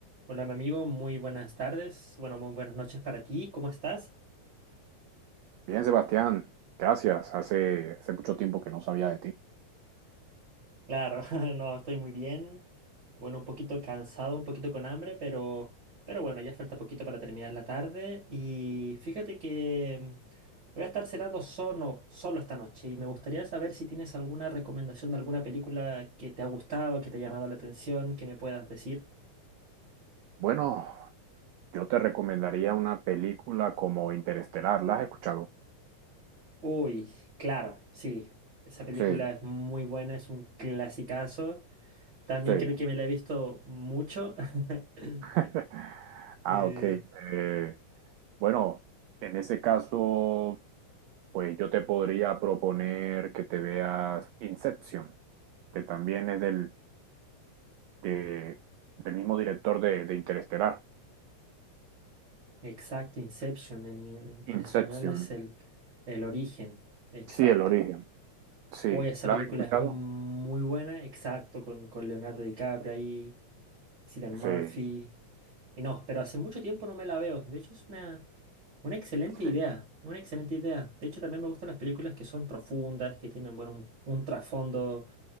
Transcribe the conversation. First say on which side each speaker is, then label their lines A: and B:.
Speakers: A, on the right; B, on the right.
A: Hola, mi amigo, muy buenas tardes. Bueno, muy buenas noches para ti. ¿Cómo estás?
B: Bien, Sebastián, gracias. Hace, hace mucho tiempo que no sabía de ti.
A: Claro, <laughs> no, estoy muy bien. Bueno, un poquito cansado, un poquito con hambre, pero, pero bueno, ya falta poquito para terminar la tarde. Y fíjate que mm, voy a estar cenando solo, solo esta noche y me gustaría saber si tienes alguna recomendación de alguna película que te ha gustado, que te ha llamado la atención, que me puedas decir.
B: Bueno, yo te recomendaría una película como Interestelar. ¿La has escuchado?
A: Uy, claro, sí. Esa película
B: Sí,
A: es muy buena, es un clasicazo. También
B: sí.
A: creo que me la he visto mucho. <laughs>
B: <laughs>
A: Eh,
B: Ah, ok. Eh, bueno, en ese caso, pues yo te podría proponer que te veas Inception, que también es del, que- del mismo director de, de Interestelar.
A: exacto, Inception en, in-
B: Inception.
A: en español es el, el origen, exacto.
B: Sí, el origen. Sí.
A: Hoy esa
B: ¿La
A: película
B: has escuchado?
A: es muy buena, exacto, con, con Leonardo DiCaprio ahí. Cillian
B: Sí.
A: Murphy. Y no, pero hace mucho tiempo no me la veo. De hecho, es una, una excelente
B: Sí.
A: idea. Una excelente idea. De hecho, también me gustan las películas que son profundas, que tienen, bueno, un, un trasfondo